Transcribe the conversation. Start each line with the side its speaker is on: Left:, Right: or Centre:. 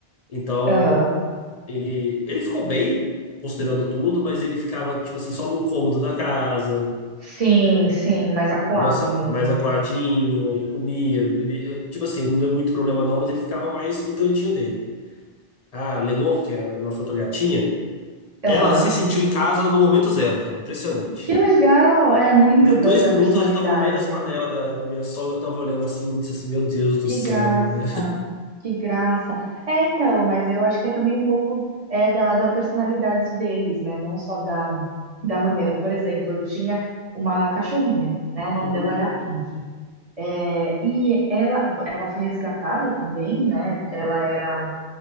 Left: Então,
Right: Aham.
Left: ele, ele ficou bem, considerando tudo, mas ele ficava, tipo assim, só no cômodo da casa,
Right: Sim, sim, mais acuado
Left: nossa,
Right: mesmo.
Left: mais acuadinho, aí comia, ele- tipo assim, não deu muito problema não, mas ele ficava mais no cantinho dele. A Lenor, que é a nossa outra gatinha,
Right: Aham.
Left: ela se sentiu em casa no momento zero, cara, impressionante.
Right: Que legal! É muito
Left: Deu
Right: da,
Left: dois
Right: da
Left: minutos,
Right: personalidade.
Left: ela já tava no meio das panelas da, da minha sogra, tava olhando assim, disse assim, meu Deus do
Right: Que
Left: céu.
Right: graça,
Left: né?
Right: que graça. É, então, mas eu acho que é também um pouco é da, da personalidade deles, né? Não só da, da maneira. Por exemplo, eu tinha uma cachorrinha, né? O nome
Left: Uhum,
Right: dela era Pink. É, e ela, ela foi resgatada também, né? Ela era